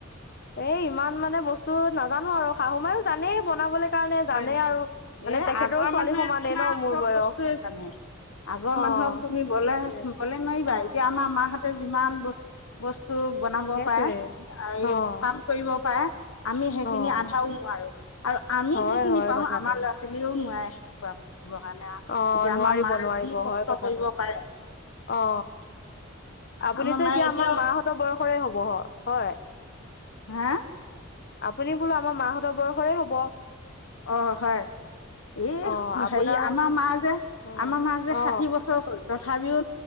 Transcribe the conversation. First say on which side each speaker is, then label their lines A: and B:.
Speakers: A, on the left; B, on the left.
A: এ ইমান মানে বস্তু। নাজানো আৰু শাহু মায়ো জানেই বনাবলৈ। কাৰণে জানেই
B: হয় নেকি
A: আৰু মানে
B: এ
A: তেখেতৰো
B: আগৰ
A: ছোৱালী
B: মানুহে
A: সমানেই
B: তোমাৰ
A: ন মোৰ
B: চব
A: বয়স
B: বস্তুয়ে জানে আগৰ
A: অ'
B: মানুহক তুমি বলে
A: সেইটোৱে
B: বলে নোৱাৰিবা
A: অ'
B: এতিয়া আমাৰ মাহত যিমান বস বস্তু টো বনাব
A: সেইটোৱে
B: পাৰে আৰু
A: অ'
B: কাম কৰিব পাৰে। আমি সেইখিনি
A: অ'
B: আধাও নোৱাৰোঁ আৰু আমি
A: হয়
B: যি। সেই খিনি
A: হয়
B: পাৰো
A: কথাটো।
B: আমাৰ ল'ৰা ছোৱালীও নোৱাৰে। <unintelligible>
A: অ'
B: এতিয়া
A: নোৱাৰিব
B: আমাৰ মায়ে
A: নোৱাৰিব
B: যি কষ্ট
A: হয় কথাটো
B: কৰিব পাৰে
A: অ আপুনিতো
B: আমাৰ মায়ে
A: এতিয়া
B: এতিয়াও
A: আমাৰ মাহঁতৰ বয়স। হ'ব হয় হয়।
B: হা
A: আপুনি বোলো আমাৰ মাহঁতৰ বয়সৰে হব।
B: অ হয় এই
A: অ আপোনাৰ
B: হেৰি আমাৰ মা যে
A: অ
B: আমাৰ মা যে
A: অ
B: ষাঠি বছৰ হ'ল। তথাপিও